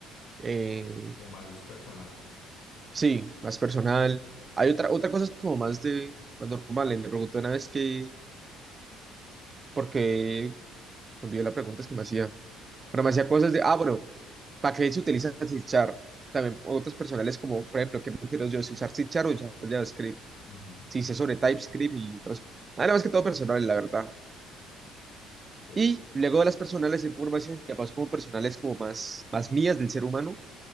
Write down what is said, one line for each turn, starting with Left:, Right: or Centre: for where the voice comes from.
Right: eh,
Left: O más personal.
Right: sí, más personal. Hay otra, otra cosa es como más de, más normal, le pregunté una vez que, porque, envió la pregunta es que me hacía. Pero me hacía cosas de, ah, bueno, ¿para qué se utiliza C Sharp? También otras personales como, por ejemplo, ¿qué prefiero yo, si usar C Sharp o usar JavaScript?
Left: Ujú,
Right: Si sé sobre TypeScript y otras. Nada más que todo personal, la verdad.
Left: sí,
Right: Y luego de las personales de información, ya paso como personales como más, más mías del ser humano,